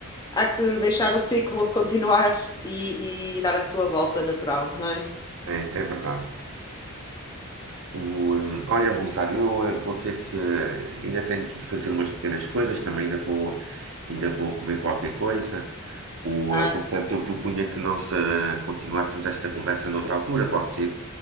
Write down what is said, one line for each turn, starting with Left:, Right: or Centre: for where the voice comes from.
Left: há que deixar o ciclo <laughs> continuar e, e dar a sua volta natural, não é?
Right: É, é verdade. O, eh, olha, Rosário, eu eh, vou ter que ainda tenho que ir fazer umas pequenas coisas, também ainda vou ainda vou comer qualquer coisa. O,
Left: Ah,
Right: eh, portanto, eu propunha que nós eh, continuássemos esta conversa noutra altura, pode ser?